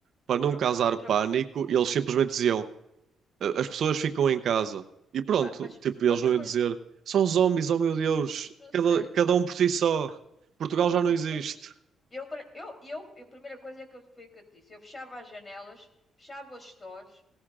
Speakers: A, on the right; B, on the left.
A: para não
B: Prontos,
A: causar
B: outra,
A: pânico,
B: co-
A: eles simplesmente diziam. a- as pessoas ficam em casa e pronto,
B: pá, mas
A: tipo, eles
B: outra
A: não
B: coisa,
A: iam dizer são zombies, oh meu Deus,
B: não
A: cada,
B: sei,
A: cada
B: não,
A: um por
B: não,
A: si só, Portugal
B: <laughs>
A: já
B: não
A: não existe.
B: sei. Eu, pra- eu, eu, eu- a primeira coisa é que eu, foi o que eu te disse. Eu fechava as janelas, fechava os stores,